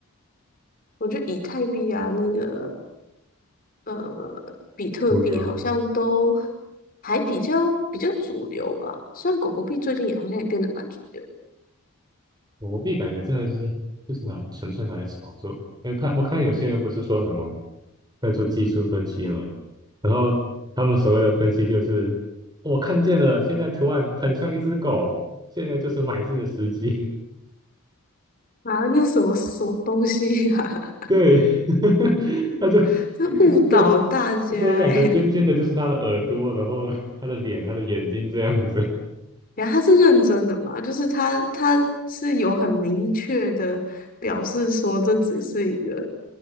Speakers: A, on the left; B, on the right.
A: 我觉得以太币啊，那个呃，比特币好像都
B: 主流的。
A: 还比较比较主流吧。虽然狗狗币最近也好像也变得蛮主流
B: 我币感觉真的就是就是拿纯粹拿来炒作。因为看我看有些人不是说什么在做技术分析嘛，然后他们所谓的分析就是我看见了，现在图案很像一只狗，现在就是买进的时机。
A: 啊，那什么什么东西啊？
B: 对，<laughs> 他就
A: <laughs> 他误导大家诶，
B: 就就说两个尖尖的就是他的耳朵，然后他的脸、他的眼睛这样子。
A: <laughs> 然后他是认真的嘛？就是他他是有很明确的表示说这只是一个